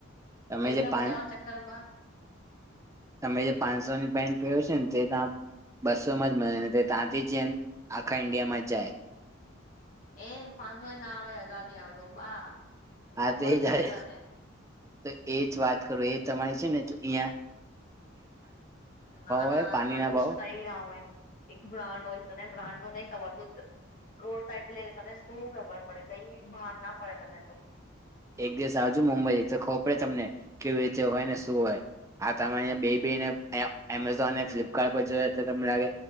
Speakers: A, on the right (about 15°); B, on the left (about 40°).
A: તમે જે
B: ત બચાવવાન
A: પાન
B: ચક્કરમાં
A: તમે જે પાંચસોની પેન્ટ પેર્યો છેને, તે તા બસોમાં જ મળ્યોને તે તા તે જેમ આખા ઈન્ડિયા માં જાય.
B: એ પાંચસો ના આવે હજાર ની આવે ડો બા ખબર
A: આ તો એ
B: કે
A: જાય
B: નઈ તને
A: તો એ જ વાત કરો એ તમારી છે ને ઈયા
B: ના ના
A: હોય પાણી
B: ના એવું
A: ભાવ
B: જ કઈ ના હોય. એક બ્રાન્ડ હોય છે, તને બ્રાન્ડ નહી ખબર રોડ સાઈડ થી લઈને તને શું ખબર પડે કઈ બાર ના પડે તને તો
A: એક દિવસ આવજુ મુંબઈ તો ખોપરેે તમને કેવી રીતે હોય ને શું હોય. હા તમારે અયા બે બેને અયા એમેઝોન અને ફ્લિપકાર્ટ પર જોએ એટલે તમને લાગે